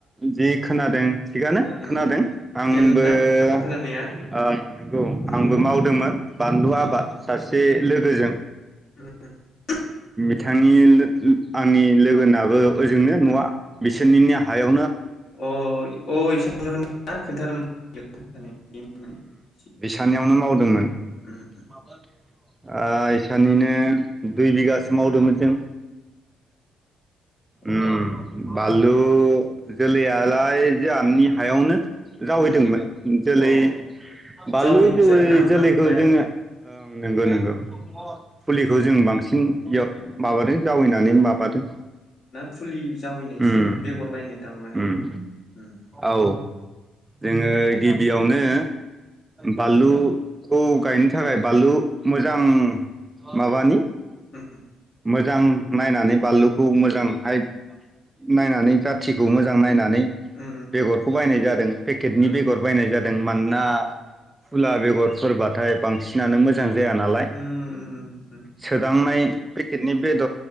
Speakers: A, on the right; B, on the left.
A: जि खोनादों थिगानो
B: उम
A: खोनादों आंबो
B: थिगानो ना आं
A: ओ
B: खोनानाया
A: नंगौ
B: उम
A: आंबो
B: उम
A: मावदोंमोन बानलु
B: उम
A: आबाद सासे लोगोजों
B: उम उम
A: बिथांनि लो-लो आंनि लोगोनाबो ओजोंनो नवा
B: उम
A: बिसो सोरनिनो हायाव
B: अ असानोमोन ना खोन्थादोंमोन <unintelligible>
A: सानियावनो मावदोंमोन
B: उम
A: ओ इसानिनो दुइ बिगासो मावदोंमोन जों
B: उम
A: ओम
B: अ
A: बाल औ जोलैयालाय जाहानि हायावनो जावहैदोंमोन
B: उम
A: जोलै
B: अ
A: बानलु
B: जावैनायसो
A: जौैयै
B: आरोना होमबा
A: जोलैखौ
B: बायाखै
A: जोङो नंगौ नोंगौ फुलिखौ जों बांसिन बियाव माबादों जावैनानै माबादों
B: फुलिस जावैनायसो
A: उम
B: बेगर बायनाय दां माने
A: उम औ जोङो गिबियावनो बालु खौ गायनो थाखाय बानलु मोजां माबानि
B: उ
A: मोजां नायनानै बानलुखौ मोजांहाय नायनानै जाथिखौ
B: उम
A: मोजां नायनानै
B: उम
A: बेगरखौ बायनाय जादों पेकेटनि
B: उम
A: बेगर बायनाय जादों मानोना फुला बेगरफोरबाथाय बांसिनानो मोजां मोजां जाया नालाय
B: उम उम उम उम
A: सोदांनाय पेखेदनि बेद